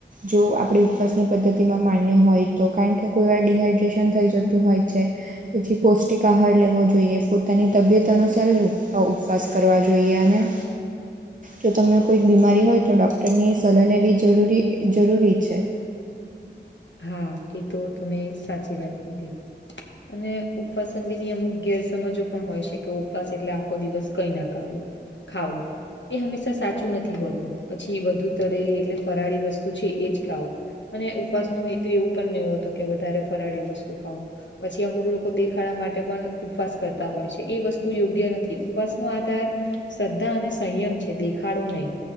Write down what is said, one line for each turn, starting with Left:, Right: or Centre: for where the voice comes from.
Right: જો આપણી ઉપવાસની પદ્ધતિમાં માન્ય હોય તો કારણ કે કોઈ વાર ડિહાઈડ્રેશન થઈ જતું હોય છે. પછી પોષ્ટિક આહાર લેવો જોઈએ. પોતાની તબિયત અનુસાર જ ઉપ ઉપવાસ કરવા જોઈએ. અને જો તમને કોઈક બીમારી હોય તો ડૉક્ટરની સલાહ લેવી જરૂરી જરૂરી છે.
Left: હા એતો તમે સાચી વાત કીધી. અને ઉપવાસ અંગેની અમુક ગેરસમજો પણ હોય છે કે ઉપવાસ એટલે આખો દિવસ કઈ ના કાવું ખાવું. એ હંમેશા સાચું નથી હોતું. પછી વધુ તળેલી એટલે ફરાળી વસ્તુ છે એ જ ખાવુ. અને ઉપવાસનો હેતુ એવું પણ નય હોતો કે વધારે ફરાળી વસ્તુ ખાવુ. પછી અમુક લોકો દેખાડા માટે પણ ઉપવાસ કરતા હોય છે. એ વસ્તુ યોગ્ય નથી ઉપવાસનો આધાર શ્રદ્ધા અને સંયમ છે દેખાડો નઈ.